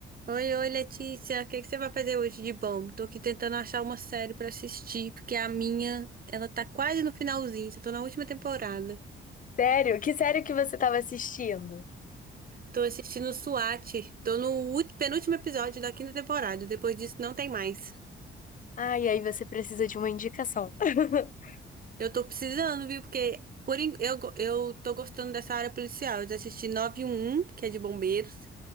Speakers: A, on the right (about 45°); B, on the left (about 40°).
A: Oi, oi, Letícia. O que que você vai fazer hoje de bom? Tô aqui tentando achar uma série pra assistir, porque a minha, ela tá quase no finalzinho, já tô na última temporada.
B: Sério? Que série que você estava assistindo?
A: Tô assistindo SWAT, tô no ú- penúltimo episódio da quinta temporada, depois disso não tem mais.
B: Ah, e aí você precisa de uma indicação. <laughs>
A: Eu tô precisando, viu? Porque por, en- eu, go- eu tô gostando dessa área policial. Eu já assisti nove um, um, que é de bombeiros.